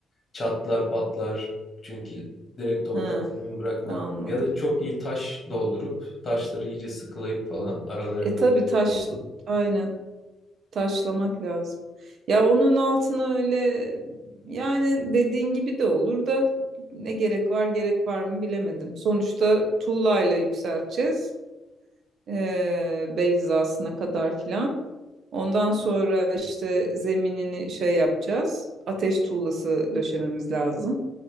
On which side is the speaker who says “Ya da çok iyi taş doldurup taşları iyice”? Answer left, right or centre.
Left